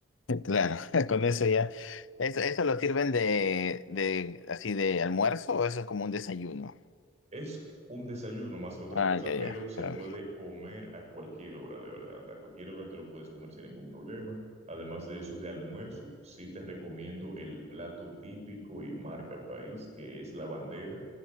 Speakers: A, on the left; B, on the right.
A: Claro, <laughs> con eso ya. ¿Eso, eso lo sirven de, de así de almuerzo o eso es como un desayuno?
B: Es un desayuno más que otra
A: Ah,
B: cosa,
A: ya,
B: pero
A: ya,
B: se
A: claro.
B: puede comer a cualquier hora, de verdad. A cualquier hora te lo puedes comer sin ningún problema. Además de eso, de almuerzo, sí te recomiendo el plato típico y marca país, que es la bandera,